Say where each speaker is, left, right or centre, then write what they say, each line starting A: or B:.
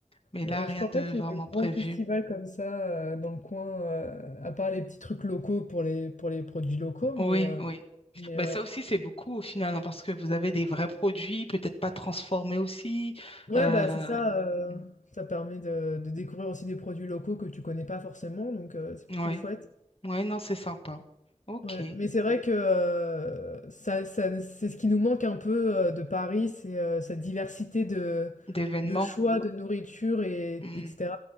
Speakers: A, on the left; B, on the left.
A: mais
B: Heu,
A: là, rien
B: je crois
A: de
B: pas qu'il
A: vraiment
B: y ait de gros
A: prévu.
B: festivals comme ça, heu, dans le coin, heu, à part les petits trucs locaux pour les pour les produits locaux, mais
A: Oui,
B: heu,
A: oui.
B: mais
A: Mais
B: ouais.
A: ça aussi, c'est beaucoup au final, hein, parce que vous avez des vrais produits, peut-être pas transformés aussi.
B: Ouais,
A: Euh...
B: bah, c'est ça, heu,
A: mm,
B: ça permet de de découvrir aussi des produits locaux que tu connais pas forcément, donc heu, c'est
A: Oui,
B: plutôt
A: ouais,
B: chouette.
A: ouais, non, c'est sympa. Ok.
B: Ouais, mais c'est vrai que euh, ça, ça- c'est ce qui nous manque un peu euh, de Paris, c'est euh, cette diversité de,
A: D'événements.
B: de choix, de nourriture, et,
A: Mm,
B: etc.